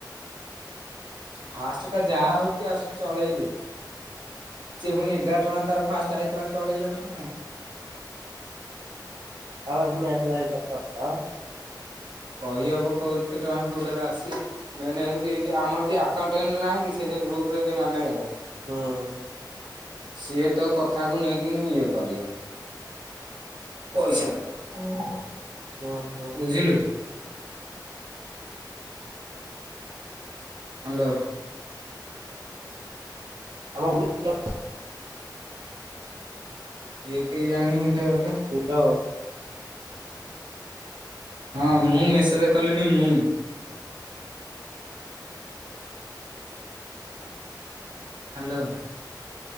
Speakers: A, on the right (about 80°); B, on the right (about 60°).
A: ଫାଷ୍ଟଟା ଯାହା ଆଉଛି ଆସୁ ଚଳେଇ ଦେ। ସିଏ ପୁଣି ଏଗାର ଟଙ୍କା ତାର ଫାଷ୍ଟ ଆଇଥିଲା ଚଳେଇଲା ନା ନାଇଁ।
B: ତା ପାଖକୁ ପୁଣି ହେଇ ଆସିଲା ସାତଶହ ଟଙ୍କା।
A: କହିହବ କଉ କେତେ ଟଙ୍କା କୋଉଟାରେ ଆସି ମେନ ହଉଛି ଯୋଉ ଆମର ଯିଏ ଆକାଉଣ୍ଟାଣ୍ଟ ନାହିଁ କି ସେ ଗ୍ରୁପ ଯେ ମାନେଜର
B: ହୁଁ।
A: ସିଏ ତୋ କଥାକୁ ନେଇକିନି ଇଏ କରିବ। ପଇସା ଦବ।
B: ହୁଁ। ହୁଁ
A: ବୁଝିଲୁ କି? ହ୍ୟାଲୋ।
B: <unintelligible>
A: ଇଏ କେହି ଜାଣିନି କିଏ ଗୋଟେ?
B: ହାଲୋ।
A: ହଁ ମୁଁ ମେସେଜ କଲିଣି ମୁଁ। ହ୍ୟାଲୋ।